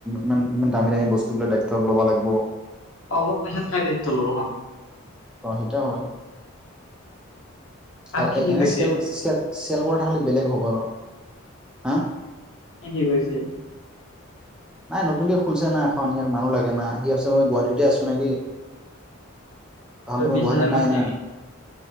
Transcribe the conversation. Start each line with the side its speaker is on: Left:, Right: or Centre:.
Centre: ইমান ইমান দামী দামী বস্তু গিলা দায়িত্ব ল'ব লাগব
Left: অলপ পইচাত কাৰেণ্ট লব হন
Centre: অ সিতাও হয় আৰু
Left: কি
Centre: এ
Left: কি
Centre: এনে
Left: কৈছে
Centre: স্কেল স্কেল চেল বোৰ থাকলে বেলেগ হ'ব হব ৰ হা
Left: কি কি কৰিছে
Centre: নাই নতুনকে খুলছে না এখন ইয়াক মানুহ লাগে না সি আছে মই গুৱাহাটীতে আছো নেকি তহন
Left: তই
Centre: তোমাৰ
Left: বিশ
Centre: গুৱাহাটীত
Left: হাজাৰ
Centre: নাই
Left: মান দিবি
Centre: না